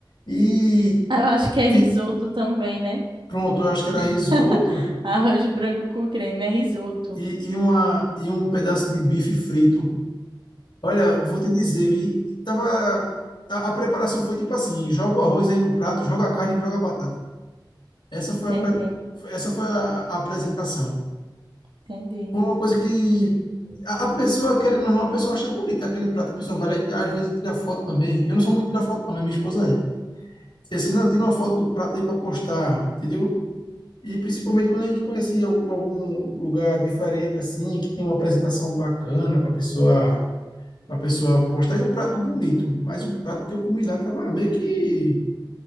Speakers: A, on the left; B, on the right.
A: e
B: Ah, Eu acho que é
A: ti-
B: risoto também, né?
A: pronto, eu acho que era risoto,
B: <laughs> Arroz branco com creme é risoto.
A: e, e, uma, e um pedaço de bife frito. Olha, vou te dizer, vi, tava, a, a preparação foi tipo assim, joga o arroz aí no prato, joga a carne e joga a batata. Essa foi
B: Entendi,
A: a, pre- foi- essa foi a, a apresentação.
B: entendi.
A: Foi uma coisa que a, a pessoa, querendo ou não, a pessoa acha bonita aquele prato, a pessoa vai lá e às vezes tira foto também. Eu não sou muito de tirar foto não, mas minha esposa é. E assim, não, tira uma foto do prato aí para postar, entendeu? E principalmente quando a gente conhecia algum algum lugar diferente, assim, que tem uma apresentação bacana para pessoa para pessoa postar. E um prato bonito, mas o prato que eu comi lá tava meio que.